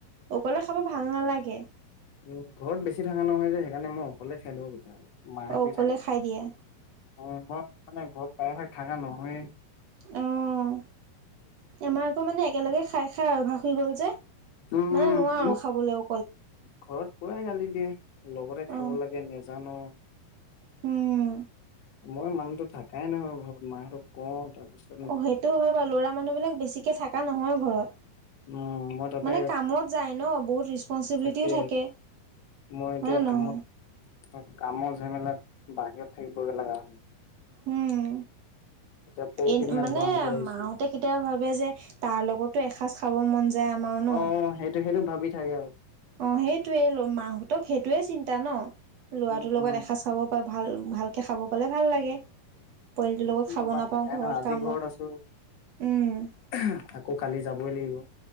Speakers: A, on the right; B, on the left.
A: অকলে খাব ভাল নালাগে।
B: উ, ঘৰত বেছি থকা নহয় যে, সেইকাৰণে মই অকলে খাই দিওঁ কেতিয়াবা, মাহতি
A: অ', অকলে
B: থাকে।
A: খাই দিয়ে
B: অ', মই মানে ঘৰত প্ৰায় ভাগ থাকা নহয়েই।
A: অ', আমাৰ আকৌ মানে একেলগে খাই খাই অভ্যাস হৈ গ'ল যে।
B: উম
A: মানে নোৱাৰো
B: মোক
A: খাবলেও।
B: ঘৰত পুৰাই গালি দিয়ে লগতে
A: অ
B: খাব লাগে নেজান
A: উম।
B: মই মানুহতো থাকাই নহয় ঘৰত মাহঁতক কওঁ তাৰ পিছত
A: অ' সেইটো হয় বা। ল'ৰা মানুহবিলাক বেছিকে থাকা নহয় ঘৰত।
B: উম মই তাতে
A: মানে কামত যায় ন বহুত ৰিচপঞ্চিবিলিটিও
B: তাকে
A: থাকে।
B: মই
A: হয়
B: এতিয়া
A: নে নহয়
B: কামত কামত যেমেলাত বাহিৰত থাকিবগে লগা হয়।
A: উম
B: এতিয়া পৰহি
A: এ
B: দিনা
A: মানে
B: গুৱাহাটীৰ পৰা আহিছো।
A: মাও ত কেতিয়াবা ভাবে যে তাৰ লগতো এসাঁজ খাব মন যায় আমাৰ ন
B: অ সেইটো সেইটো ভাবি থাকে আৰু
A: অ সেইটোৱে ল মাহঁতক সেইটোয়ে চিন্তা ন ল'ৰাটোৰ
B: উম,
A: লগত
B: উম।
A: এসাজ খাব ভাল ভালকে খাব পালে ভাল লাগে। পোৱালিটোৰ লগত
B: কি
A: খাব
B: ক'বা
A: নাপাওঁ
B: থাকাই
A: ঘৰত
B: ন আজি
A: কামত
B: আছো
A: উম।
B: <unintelligible> আকৌ কালি যাবই লাগিব।